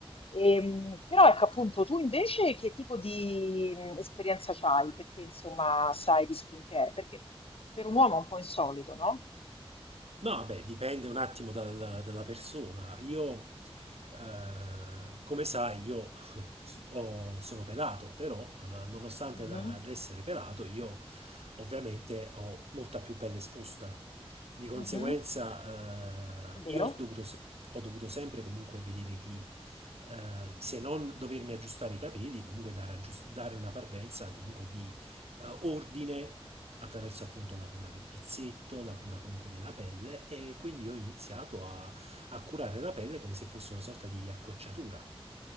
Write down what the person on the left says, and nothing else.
Ehm, però ecco appunto, tu invece che tipo di mh, esperienza c'hai? Perché insomma sai di skincare? Perché per un uomo è un po' insolito, no?
Mhm,
mhm,
Vero?